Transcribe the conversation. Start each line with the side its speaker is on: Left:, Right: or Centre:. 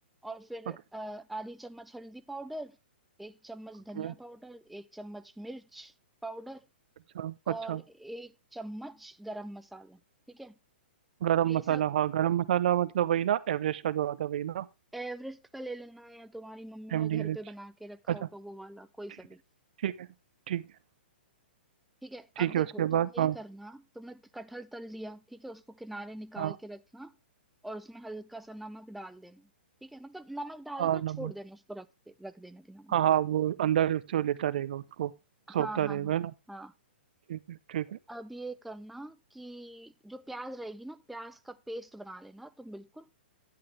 Centre: और फिर
Right: ओके
Centre: अ, आधी चम्मच हल्दी पाउडर एक चम्मच
Right: ओके
Centre: धनिया पाउडर एक चम्मच मिर्च पाउडर
Right: अच्छा अच्छा
Centre: और एक चम्मच गरम मसाला ठीक है
Right: गरम
Centre: ये
Right: मसाला
Centre: सब
Right: हाँ गरम मसाला मतलब वही ना एवरेस्ट का जो आता है वही ना
Centre: एवरेस्ट का ले लेना या तुम्हारी मम्मी ने
Right: एम
Centre: घर
Right: डी एच
Centre: पे बना के रखा
Right: अच्छा
Centre: होगा वो वाला कोई
Right: ठीक
Centre: सा भी
Right: है ठीक है ठीक है
Centre: ठीक है
Right: ठीक
Centre: अब देखो
Right: है उसके
Centre: तुम
Right: बाद
Centre: यही
Right: हाँ
Centre: करना तुमने कटहल तल दिया ठीक है उसको किनारे निकाल
Right: हाँ
Centre: के रखना और उसमें हल्का सा नमक डाल देना ठीक है मतलब नमक डाल
Right: हाँ
Centre: के और
Right: नमक
Centre: छोड़ देना उसको रख दे, रख देना किनारे
Right: हाँ हाँ वो अंदर उससे वो लेता रहेगा उसको
Centre: हाँ
Right: सोखता
Centre: हाँ
Right: रहेगा
Centre: हाँ
Right: है ना
Centre: हाँ
Right: ठीक है ठीक है
Centre: अब ये करना कि जो प्याज रहेगी ना प्याज का पेस्ट बना लेना तुम बिल्कुल